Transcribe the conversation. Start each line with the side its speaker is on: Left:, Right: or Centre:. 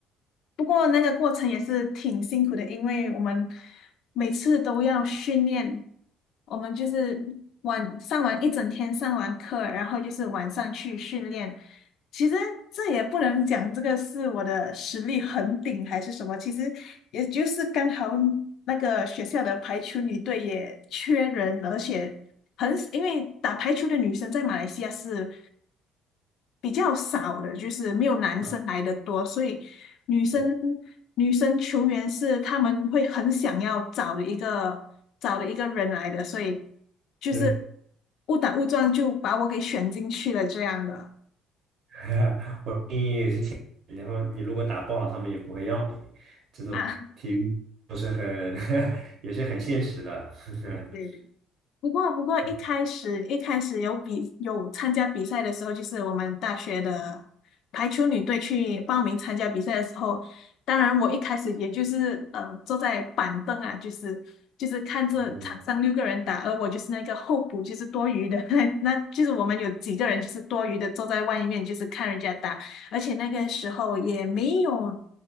Left: 不过那个过程也是挺辛苦的，因为我们每次都要训练，我们就是晚上完一整天上完课，然后就是晚上去训练。其实这也不能讲这个是我的实力很顶还是什么，其实也就是刚好那个学校的排球女队也缺人，而且很，因为打排球的女生在马来西亚是比较少的，就是没有男生来的多，
Right: 啊，
Left: 所以。女生
Right: 我
Left: 女生球员是他们会很想要找的一个找的一个人来的，所以就是
Right: 是
Left: 误打误撞就把我给选进去了这样的
Right: <laughs> 我建议你，然后你如果打不好，他们也不会要你。这种体育都是很
Left: 啊。
Right: <laughs> 也是很现实的。<laughs>
Left: 对。不过，不过一开始一开始有比有参加比赛的时候，
Right: 嗯
Left: 就是我们大学的排球女队去报名参加比赛的时候，当然我一开始也就是呃坐在板凳啊，就是就是看着场上六个人打，
Right: 嗯
Left: 而我就是那个候补，就是多余的，<laughs> 那那就是我们有几个人就是多余的坐在外面，就是看人家打，而且那个时候也没有。